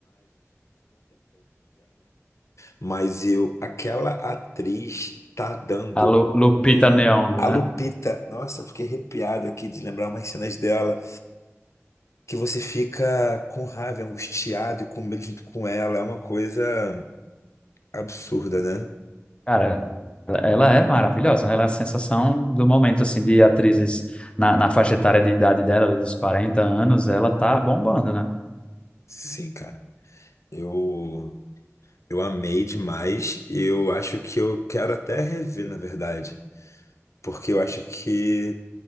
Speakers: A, on the left; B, on the left.
A: Mas eu, aquela atriz tá dando
B: A Lu- Lupita
A: um.
B: Nyong'o,
A: A
B: né?
A: Lupita, nossa, fiquei arrepiado aqui de lembrar umas cenas dela, que você fica com raiva, angustiado e com medo junto com ela. É uma coisa absurda, né?
B: Cara, ela é maravilhosa, né? Ela é a sensação do momento, assim, de atrizes na, na faixa etária de idade dela, ali dos 40 anos, ela tá bombando, né?
A: Sim, cara. Eu, eu amei demais e eu acho que eu quero até rever, na verdade. Porque eu acho que